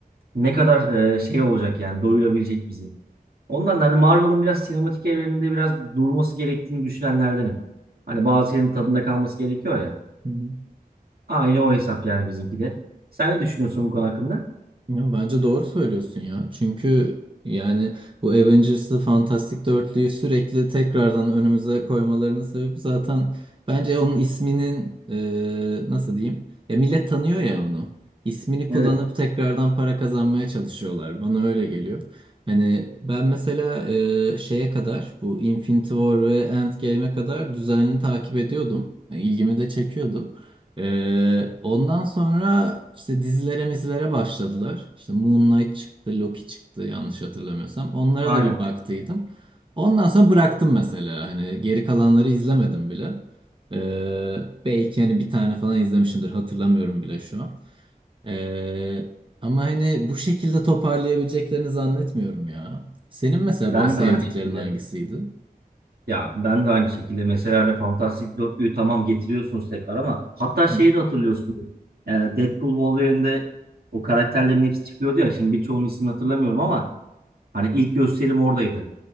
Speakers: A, on the right; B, on the right.
A: Ne kadar e, şey olacak yani doyurabilecek bizi? Ondan da hani Marvel'ın biraz sinematik evreninde biraz durması gerektiğini düşünenlerdenim. Hani bazı yerin tadında kalması gerekiyor ya.
B: Hı hı.
A: Aynı o hesap yani bizimki de. Sen ne düşünüyorsun bu konu hakkında?
B: Ya bence doğru söylüyorsun ya. Çünkü yani bu Avengers'ı Fantastic Dörtlüyü sürekli tekrardan önümüze koymalarının sebebi zaten bence onun isminin e, nasıl diyeyim? Ya millet tanıyor ya onu. İsmini kullanıp
A: Evet.
B: tekrardan para kazanmaya çalışıyorlar. Bana öyle geliyor. Hani ben mesela e, şeye kadar bu Infinity War ve Endgame'e kadar düzenli takip ediyordum. Yani İlgimi de çekiyordu. Ee, ondan sonra işte dizilere mizilere başladılar. İşte Moon Knight çıktı, Loki çıktı yanlış hatırlamıyorsam. Onlara
A: Aynen.
B: da bir baktıydım. Ondan sonra bıraktım mesela. Hani geri kalanları izlemedim bile. Ee, belki hani bir tane falan izlemişimdir. Hatırlamıyorum bile şu an. Ee, ama hani bu şekilde toparlayabileceklerini zannetmiyorum ya. Senin mesela
A: Ben
B: böyle sevdiklerin
A: de aynı şekilde.
B: hangisiydi?
A: Ya ben de aynı şekilde. Mesela hani Fantastic Dörtlüğü tamam getiriyorsunuz tekrar ama hatta şeyi
B: Hı.
A: de hatırlıyorsunuz. Ee, Deadpool Wolverine'de o karakterlerin hepsi çıkıyordu ya. Şimdi birçoğunun ismini hatırlamıyorum ama hani ilk gösterim oradaydı.